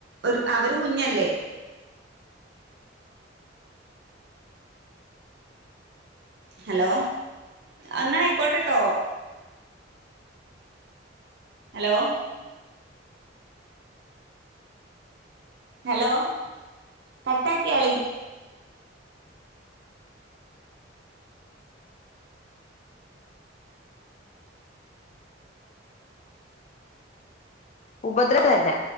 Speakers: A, on the right; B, on the left.
A: ഒരു അവരും കുഞ്ഞല്ലേ ഹലോ എന്നായിക്കോട്ടട്ടോ ഹലോ ഹലോ കട്ടാക്ക്യാളി
B: ഉപദ്ര <unintelligible> ന്നാ